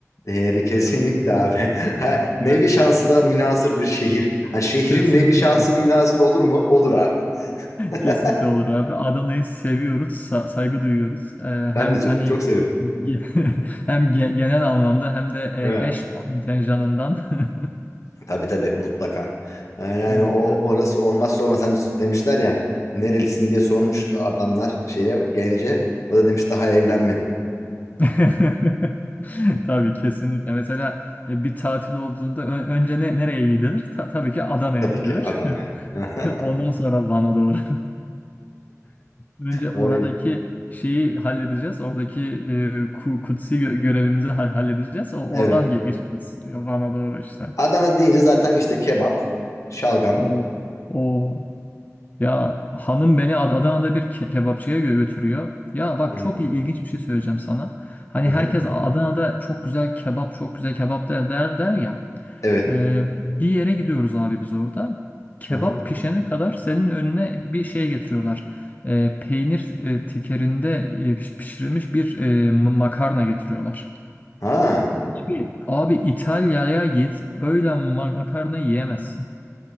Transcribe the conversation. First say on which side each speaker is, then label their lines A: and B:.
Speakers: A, on the left (about 70°); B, on the left (about 30°).
A: Değeri kesinlikle abi. <laughs> Ha,
B: <laughs>
A: nevi
B: Evet,
A: şansına münasır bir şehir. Ha, şehrin
B: Kesinlikle.
A: nevi şahsı münasır olur mu? Olur abi. <laughs>
B: Kesinlikle olur abi. Adana'yı seviyoruz, sa- saygı duyuyoruz. Ee,
A: Ben
B: hem
A: de çok,
B: hani
A: çok seviyorum.
B: <laughs> hem ge- genel anlamda hem de
A: Evet.
B: e, eş kontenjanından. <laughs>
A: Tabii tabii mutlaka. Ee, Yani
B: Evet
A: o
B: abi.
A: orası olmazsa olmaz. Hani demişler ya nerelisin diye sormuş adamlar şeye gence. O da demiş daha evlenmedim.
B: <laughs> Tabii kesinlikle. Mesela e, bir tatil olduğunda ö- önce ne nereye gidilir? Ta- tabii ki Adana'ya
A: Tabii
B: gidilir.
A: ki Adana'ya. <laughs>
B: <laughs> Ondan sonra Van'a doğru. <laughs> Önce oradaki
A: Oy.
B: şeyi halledeceğiz. Oradaki e, ku- kutsi gö- görevimizi ha- halledeceğiz. O- Oradan
A: Evet.
B: ge- geçeceğiz Van'a doğru işte.
A: Adana deyince zaten işte kebap, şalgam.
B: O, o ya hanım beni Ad- Adana'da bir ke- kebapçıya gö- götürüyor. Ya bak
A: Evet.
B: çok il- ilginç bir şey söyleyeceğim sana. Hani
A: Hı
B: herkes
A: hı.
B: Adana'da çok güzel kebap, çok güzel kebap der der, der ya.
A: Evet.
B: Ee, bir yere gidiyoruz abi biz orada. Kebap
A: Hı hı.
B: pişene kadar senin önüne bir şey getiriyorlar. Ee, peynir e, tekerinde e, piş- pişirilmiş bir e, ma- makarna getiriyorlar.
A: Ha.
B: Abi, abi İtalya'ya git öyle makarna yiyemezsin.